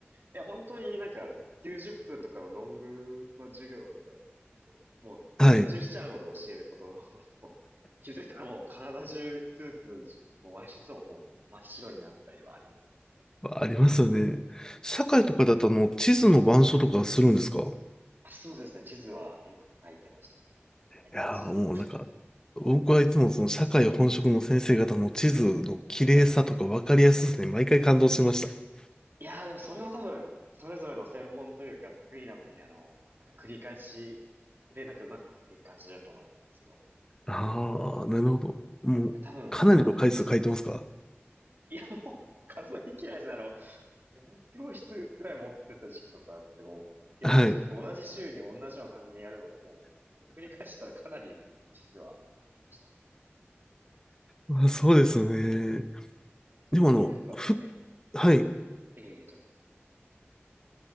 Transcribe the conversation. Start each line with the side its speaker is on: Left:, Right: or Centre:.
Right: いや、本当になんか90分とかのロングの授業とかだと結構、もう熱中しちゃうので教えることの方にも、
Left: <laughs> はい。
Right: <laughs> 気づいたらもう体中スーツもワイシャツももう真っ白になったりはありますよね。
Left: ありますよね。社会とかだとあの地図の板書とかするんですか
Right: あ、そうですね。地図はよく書いてました。書いてますし。
Left: いやー、もうなんか、僕はいつもその社会本職の先生方の地図の綺麗さとか分かりやすさに毎回感動してました。
Right: いやーでもそれは多分、それぞれの専門というか得意な分野の、なんか繰り返しでなんか上手くなっていく感じだと思います。すごい。い
Left: ああ、なるほど。もう、
Right: や、多分、
Left: かなりの回数書いてますか
Right: あの、いや、もう数えきれないですね。あの、4教室ぐらい持ってた時期とかあってもう、
Left: はい。
Right: 4教室で同じ週に同じような単元やるので、もう、それ繰り返したらかなり地図は書きましたね。
Left: あそうですよね。でもあの、
Right: 逆になんか、
Left: ふ、
Right: え、
Left: はい。
Right: えー、どうぞどうぞ。